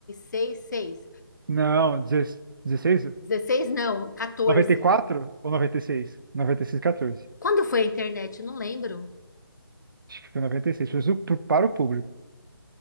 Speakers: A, on the left; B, on the right.
A: seis, seis,
B: Não, dezesseis, dezesseis?
A: dezesseis? não, 14.
B: noventa e quatro ou noventa Noventa e seis? noventa e seis, 14.
A: Quando foi a internet? Não lembro.
B: Acho que foi 96. Foi su- pro- para o público.